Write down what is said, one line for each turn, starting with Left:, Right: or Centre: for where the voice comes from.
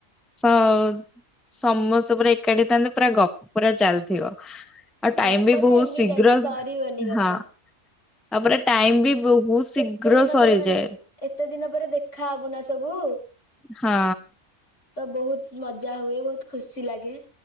Centre: ହ ସ ସମସ୍ତେ ପୁରା ଏକାଠି ଥାନ୍ତେ ପୁରା ଗପ ପୁରା ଚାଲିଥିବ। ଆଉ ଟାଇମ
Left: ଗପ
Centre: ବି ବହୁତ
Left: ତ ଏନି
Centre: ଶୀଘ୍ର
Left: ଟାଇମ୍ ସରିବନି ଗପ।
Centre: ହଁ ତାପରେ ଟାଇମ ବି ବହୁତ ଶୀଘ୍ର
Left: ଏତେ ଦିନ
Centre: ସରିଯାଏ
Left: ପରେ ମାନେ ଏତେ ଦିନ ପରେ ଦେଖା ହବୁ ନା ସବୁ।
Centre: ହଁ।
Left: ତ ବହୁତ ମଜା ହୁଏ ବହୁତ ଖୁସି ଲାଗେ।